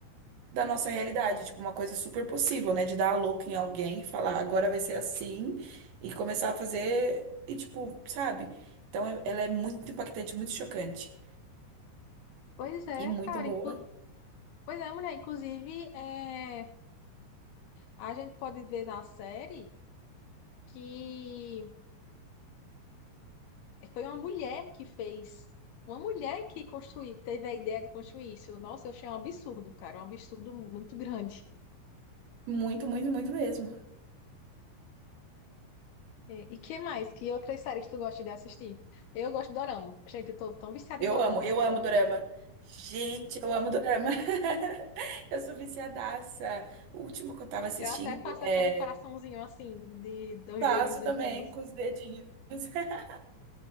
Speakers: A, on the right; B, on the left.
A: da nossa realidade. Tipo, uma coisa super possível, né? De dar a louca em alguém e falar, agora vai ser assim, e começar a fazer, e tipo, sabe? Então, é- ela é muito impactante, muito chocante.
B: pois é,
A: E muito
B: cara.
A: boa.
B: Inclu- Pois é, mulher. Inclusive, é, a gente pode ver na série que foi uma mulher que fez. Uma mulher que construiu, teve a ideia de construir isso. Nossa, eu achei um absurdo, cara. Um absurdo muito grande.
A: Muito, muito, muito mesmo.
B: É, E, que mais? Que outras séries tu gosta de assistir? Eu gosto de dorama. Gente, eu tô tão viciada
A: Eu
B: em dorama,
A: amo, eu
B: cara.
A: amo dorama. Gente, eu amo dorama. <laughs> Eu sou viciadaça. O último que eu tava assistindo
B: Eu até faço
A: é
B: aquele coraçãozinho assim, de dois
A: Faço
B: dedinhos limpinhos.
A: também com os dedinhos. <laughs>